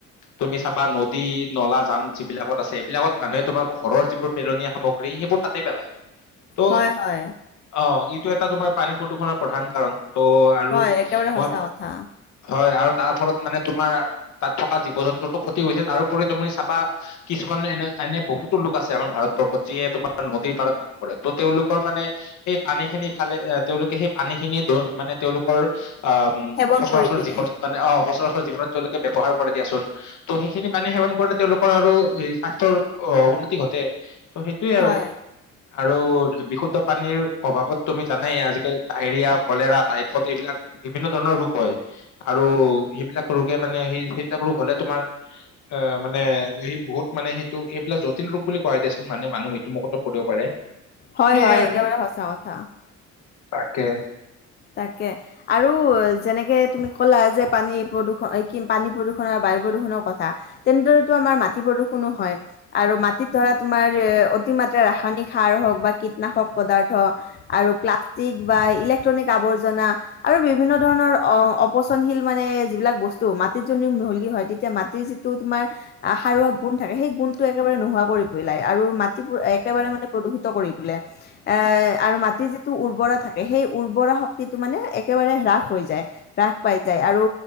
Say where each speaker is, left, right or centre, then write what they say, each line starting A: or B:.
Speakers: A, on the left; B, on the left.
A: তুমি চাবা নদী নলা জান যিবিলাকত আছে এইবিলাকত মানুহে তোমাৰ ঘৰৰ যিবোৰ পেলনীয়া সামগ্ৰী সেইবোৰ তাতে পেলায় ত'
B: হয়, হয়,
A: অ এইটো এটা তোমাৰ পানী প্ৰদূষণৰ প্ৰধান কাৰণ ত' আৰু
B: হয়, একেবাৰে
A: মই
B: সঁচা কথা
A: হয় আৰু তাৰ ফলত মানে তোমাৰ তাত থকা জীৱ জন্তুতো ক্ষতি হৈছে তাৰোপৰি তুমি চাবা কিছুমান এনে এনে বহুতো লোক আছে আমাৰ ভাৰতবৰ্ষত যিয়ে তোমাৰ নদীৰ পাৰত বাস কৰে তো তেওঁলোকৰ মানে সেই পানী খিনি। খালে তেওঁলোকে সেই পানী খিনিয়ে মানে তেওঁলোকৰ আহ
B: সেৱন
A: সচৰাচৰ
B: কৰি পিনে
A: জীৱনত মানে অ 'সচৰাচৰ জীৱনত তেওঁলোকে ব্যৱহাৰ কৰে দিয়াচোন ত সেইখিনি পানী সেৱন কৰিলে তেওঁলোকৰ আৰু স্বাস্থ্যৰ উন্নতি ঘটে ত সেইটোৱে
B: হয়,
A: আৰু আৰু বিশুদ্ধ পানীৰ অভাৱত তুমি জানাই আজিকালি ডায়েৰিয়া কলেৰা টাইফয়েড এইবিলাক বিভিন্ন ধৰণৰ ৰোগ হয়। আৰু সেইবিলাক ৰোগে মানে সেই সেইবিলাক ৰোগ হলে তোমাৰ অ মানে সি বহুত। মানে সেইটো এইবিলাক জটিল ৰোগ বুলি কোৱাই দিয়াচোন মানে মানুহ মৃত্যু মুখতো পৰিব পাৰে।
B: হয়-
A: সেয়াই
B: হয়
A: আৰু।
B: একেবাৰে সঁচা কথা
A: তাকে।
B: তাকে আৰু যেনেকে তুমি ক'লা যে পানী প্ৰদূষণ কি পানী প্ৰদূষণৰ বাবে। বায়ু প্ৰদূষণৰ কথা তেন্তেতো মাটি প্ৰদূষণো হয় আৰু মাটিত ধৰা। অতিমাত্ৰা ৰাসায়নিক সাৰ হওঁক বা কীটনাশক পদাৰ্থ আৰু প্লাষ্টিক বা ইলেক্ট -ক্ট্ৰনিক আবৰ্জনা আৰু বিভিন্ন ধৰণৰ অপচনশীল মানে যিবিলাক বস্তু মাটিত <unintelligible> মিহলি হয় তেতিয়া মাটিৰ যিটো তোমাৰ সাৰুৱা গুণ থাকে সেই গুণটো একেবাৰে নোহোৱা কৰিব লাই আৰু মাটিবোৰ একেবাৰে মানে প্ৰদূষিত কৰি তোলে এ আৰু মাটিৰ যিটো উৰ্বৰা থাকে সেই উৰ্বৰা শক্তিটো মানে একেবাৰে হ্ৰাস হৈ যায় হ্ৰাস পাই যায় আৰু